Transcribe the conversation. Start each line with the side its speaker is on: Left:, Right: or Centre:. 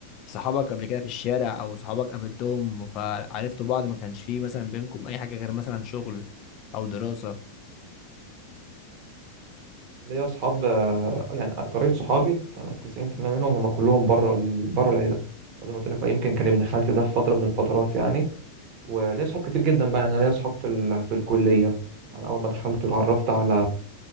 Left: صحابك قبل كده في الشارع او صحابك قابلتهم فعرفتوا بعض ما كانش فيه مثلا بينكم اي حاجة غير مثلا شغل او دراسة
Right: ليا اصحاب آه، يعني اكتريه صحابي تمام 90% منهم هم كلهم بره ال... بره العيله وزي ما قلت لك هو يمكن كان ابن خالتي ده في فتره من الفترات يعني وليا اصحاب كتير جدا بقى يعني ليا اصحاب في ال... في الكليه يعني اول ما دخلت اتعرفت على